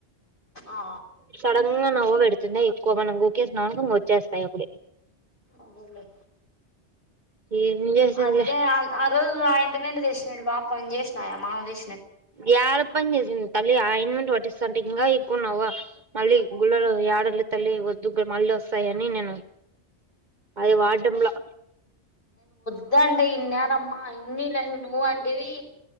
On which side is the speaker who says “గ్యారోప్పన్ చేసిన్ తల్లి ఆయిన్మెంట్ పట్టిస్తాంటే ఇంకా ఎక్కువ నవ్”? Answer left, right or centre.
Right